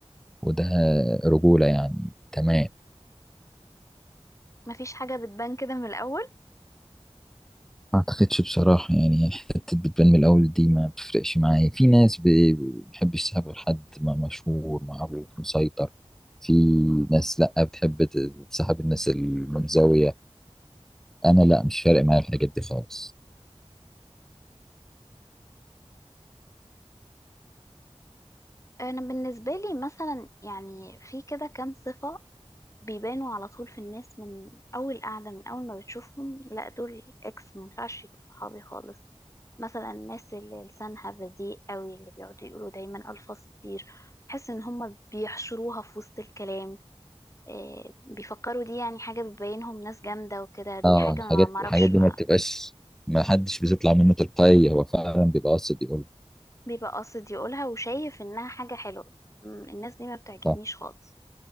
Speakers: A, in the centre; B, on the left.
A: وده رجولة يعني تمام
B: مفيش حاجة بتبان كده من الأول
A: ما اعتقدش بصراحة يعني حتة بتبان من الأول دي ما بتفرقش معايا في ناس ب- بتحب يسيبها غير حد ما مشهور معروف مسيطر في ناس لأ بتحب ت- تسحب الناس المنزوية أنا لأ مش فارق معايا الحاجات دي خالص
B: انا بالنسبه لي مثلا يعني في كده كام صفه بيبانوا على طول في الناس من اول قعده من اول ما بتشوفهم لا دول اكس ما ينفعش يبقوا صحابي خالص مثلا الناس اللي لسانها بذيء قوي اللي بيقعدوا يقولوا دايما الفاظ كتير بحس ان هم بيحشروها في وسط الكلام إيه بيفكروا دي يعني حاجه بتبينهم ناس جامده وكده دي
A: اه
B: حاجه
A: الحاجات
B: ما معرفش
A: الحاجات
B: ما
A: دي ما بتبقاش ما حدش بيطلع منه تلقائي هو فعلا بيبقى قاصد يقول
B: بيبقى قاصد يقولها وشايف انها حاجه حلوه م، الناس دي ما بتعجبنيش
A: صح
B: خالص